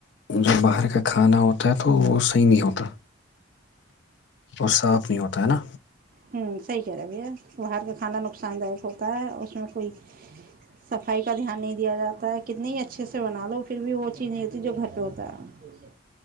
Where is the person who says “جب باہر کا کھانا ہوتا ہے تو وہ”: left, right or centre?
Left